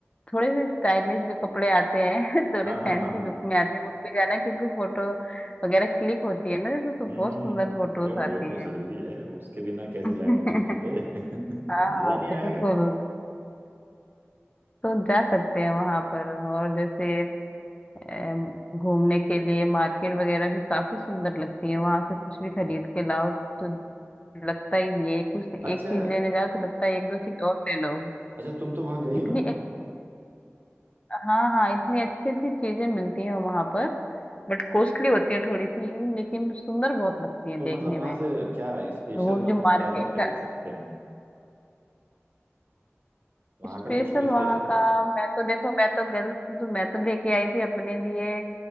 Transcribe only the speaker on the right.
हाँ
हाँ हाँ हाँ
हाँ।
हम्म हम्म
हम्म।
अरे वो
तो
जरूरी है उसके बिना कैसे
जाएंगे छुट्टी पे <laughs>
मजा
ही नहीं
आएगा
अच्छा
अच्छा तुम तो वहां गई
हो ना
तो
मतलब वहां
से क्या स्पेशल
वहां
का क्या क्या खरीद
सकते हैं वहां
का कुछ तो
स्पेशल होगा
ना